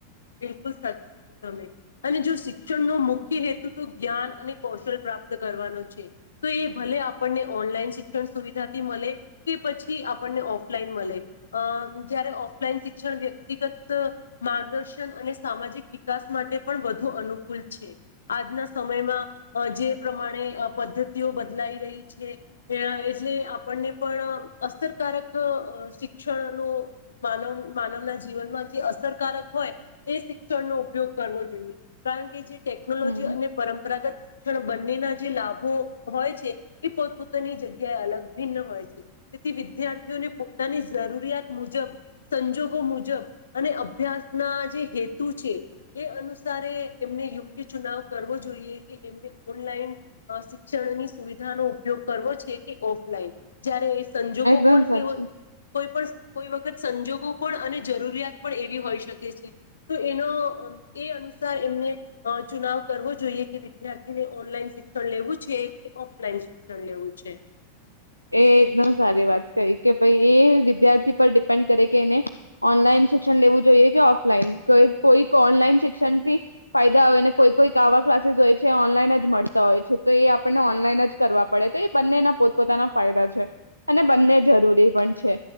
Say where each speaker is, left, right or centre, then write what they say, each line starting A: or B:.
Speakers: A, on the left (about 70°); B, on the left (about 90°).
A: બિલકુલ સાચું કીધું તમે અને જો શિક્ષણનો મુખ્ય હેતુ તો જ્ઞાન અને કૌશલ પ્રાપ્ત કરવાનો છે તો એ ભલે આપણને ઓનલાઈન શિક્ષણ સુવિધાથી મળે કે પછી આપણને ઓફલાઈન મળે અ જયારે ઓફલાઈન શિક્ષણ વ્યક્તિગત માર્ગદર્શન શિક્ષણ અને સામાજિક વિકાસ માટે પણ વધુ અનુકૂળ છે આજના સમયમાં જે પ્રમાણે પદ્ધતિઓ બદલાઈ રહી છે એટલે આપણને પણ અસરકારક શિક્ષણનો માનવ માનવના જીવનમાં જે અસરકારક હોય એ શિક્ષણનો ઉપયોગ કરવો જોઈએ કારણ કે જે ટેકનોલોજી
B: હમ
A: અને પરંપરાગત પણ બંનેના જે લાભો હોય છે, એ પોતપોતાની જગ્યાએ અલગ ભિન્ન હોય છે, તેથી વિદ્યાર્થી ને પોતાની જરૂરિયાત મુજબ સંજોગો મુજબ અને અભ્યાસ ના જે હેતુ છે, એ અનુસારે એમને યોગ્ય ચુનાવ કરવો જોઈએ કે એમને ઓનલાઈન શિક્ષણની સુવિધાનો ઉપયોગ કરવો છે, કે ઓફલાઈન જય્યારે સંજોગો
B: એકદમ
A: પણ
B: સાચું
A: કેવ કોઈ પણ કોઈ વખત સંજોગો પણ અને જરૂરિયાત પણ એવી હોઈ શકે છે. તો એનો એ અનુસાર એમને ચુનાવ કરવો જોઈએ કે વિદ્યાર્થીને ઓનલાઈન શિક્ષણ લેવું છે, કે ઓફલાઈન શિક્ષણ લેવું છે,
B: એ એકદમ સારી વાત કઈ કે ભાઈ એ વિદ્યાર્થી પર ડિપેન્ડ કરે કે એને ઓનલાઈન શિક્ષણ લેવું જોઈએ કે ઓફલાઈન કે કોઈક ઓનલાઈન શિક્ષણ થી ફાયદા હોય ને કોઈ કોઈક આવા ક્લાસીસ હોય છે, ઓનલાઈન જ મળતા હોય છે, તો એ આપણને ઓનલાઈન જ કરવા પડે તો એ બંનેના પોતપોતાના ફાયદા છે, અને બંને જરૂરી પણ છે.